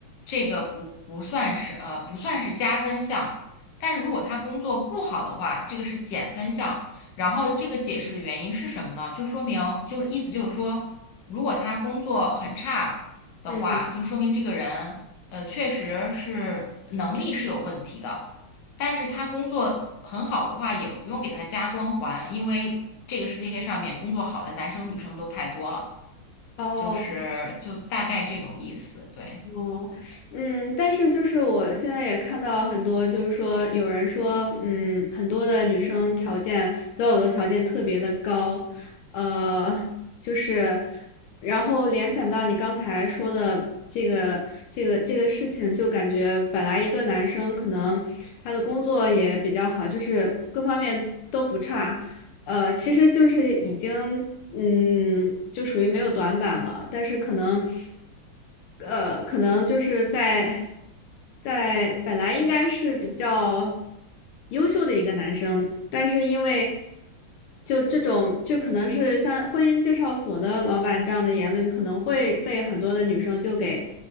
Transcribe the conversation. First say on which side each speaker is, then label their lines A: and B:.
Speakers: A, on the left; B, on the left.
A: 这个不不算是呃不算是加分项，但是如果他工作不好的话，这个是减分项。然后这个解释的原因是什么呢？就说明就是意思就是说，如果他工作很差。的话，
B: 嗯
A: 就说明这个人呃确实是能力是有问题的。但是他工作很好的话，也不用给他加光环，因为这个世界上面工作好的男生女生都太多了，
B: 哦。
A: 就是就大概这种意思，对。
B: 哦，嗯，但是就是我现在也看到很多，就是说有人说，嗯，很多的女生条件择偶的条件特别的高，呃，就是，然后联想到你刚才说的这个这个这个事情，就感觉本来一个男生可能他的工作也比较好，就是各方面都不差，呃，其实就是已经，嗯，就属于没有短板了，但是可能，呃，可能就是在在本来应该是比较优秀的一个男生，但是因为就这种，就可能是像婚姻介绍所的老板这样的言论，可能会被很多的女生就给